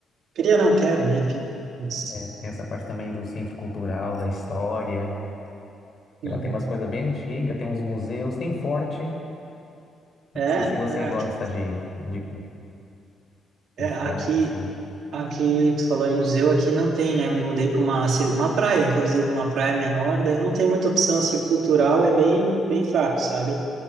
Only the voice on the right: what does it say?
Queria, não quero, né? Enfim. Mas...
Uhum.
É,
é,
aqui,
é,
aqui,
aqui, tu falou em museu, aqui não tem, né? Eu Me mudei para uma, ci- uma praia, inclusive, uma praia menor, daí não tem muita opção, assim, cultural é bem, bem fraco, sabe?